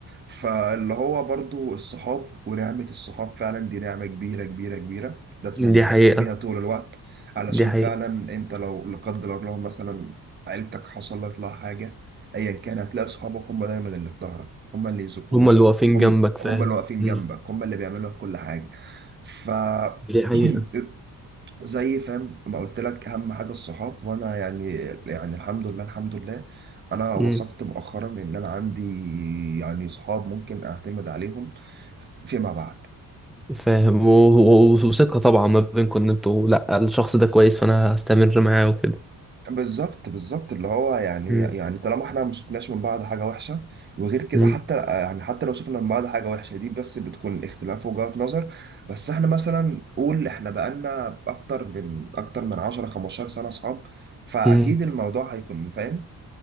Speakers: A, on the right; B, in the centre.
A: فاللي هو برضو الصحاب ونعمة الصحاب فعلا دي نعمة كبيرة كبيرة كبيرة لازم
B: دي
A: نحس
B: حقيقة
A: بيها طول الوقت علشان
B: دي حقيقة
A: فعلا انت لو لا قدر الله مثلا عيلتك حصلت لها حاجة ايا كان هتلاقي صحابك هم دايما اللي في ظهرك هم اللي يزقوك
B: هما اللي واقفين
A: هم
B: جنبك فاهم
A: هم اللي واقفين
B: مم.
A: جنبك هم اللي بيعملوا لك كل حاجة ف
B: دي حقيقة
A: <clears throat> زي فاهم ما قلت لك اهم حاجه الصحاب وانا يعني يعني الحمد لله الحمد لله انا وثقت
B: مم.
A: مؤخرا ان انا عندي يعني صحاب ممكن اعتمد عليهم فيما بعد
B: فاهم و- و- وثقة طبعا ما بينكم ان انتوا لا الشخص ده كويس فانا هستمر معاه وكده
A: بالظبط بالظبط اللي هو يعني
B: مم.
A: يعني طالما احنا ما شفناش من بعض حاجه وحشه وغير كده
B: مم.
A: حتى يعني حتى لو شفنا من بعض حاجه وحشه دي بس بتكون اختلاف وجهات نظر بس احنا مثلا قول احنا بقالنا اكتر من اكتر من 10 15 سنه صحاب فاكيد
B: مم.
A: الموضوع هيكون فاهم